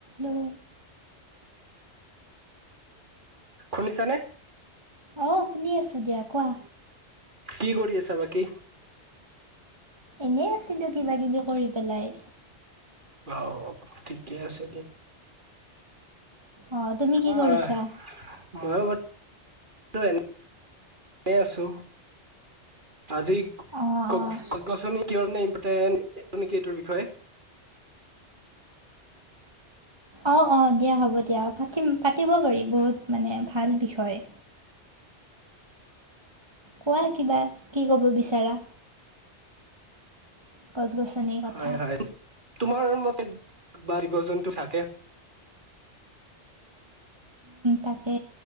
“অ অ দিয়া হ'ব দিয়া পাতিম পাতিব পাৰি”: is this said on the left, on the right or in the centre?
Right